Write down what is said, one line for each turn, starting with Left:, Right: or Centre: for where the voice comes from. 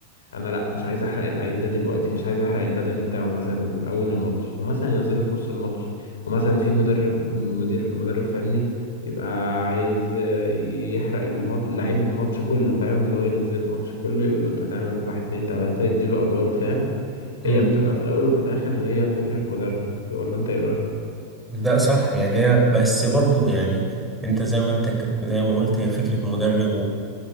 Left: انا لا مش عايز احرق اللعيب ده دلوقتي مش عايز احرق البدني بتاعه مثلا من اول الماتش فمثلا ينزله في نص الماتش ومثلا في مدرب مدير مدرب فني يبقى عايز آه، يحرق الماتش اللعيب الماتش كله فاهم اللي هو ينزله الماتش كله يقول له انت هتعمل واحد اتنين تلاتة يديله ادواره فاهم
Centre: امم
Left: هي بتبقى في الاول وفي الاخر اللي هي فكرة مدرب ولا انت ايه رأيك؟
Centre: ده صح يعني هي بس برضو يعني انت زي ما انت ك- زي ما قلت هي فكرة مدرب